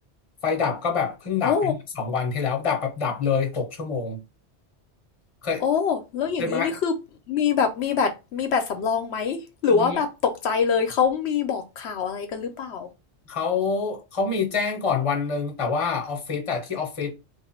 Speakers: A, on the left; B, on the left.
A: ไฟดับก็แบบเพิ่งดับไปเมื่อสองวันที่แล้วดับแบบดับเลยหกชั่วโมง
B: โอ้
A: เคย
B: โอ้แล้วอย่างนี้นี่คือมีแบบมีแบตมีแบตสำรองไหมหรือว่าแบบตกใจเลยเขามีบอกข่าวอะไรกันหรือเปล่า
A: เคยมามีเขาเขามีแจ้งก่อนวันหนึ่งแต่ว่าออฟฟิศอะที่ออฟฟิศ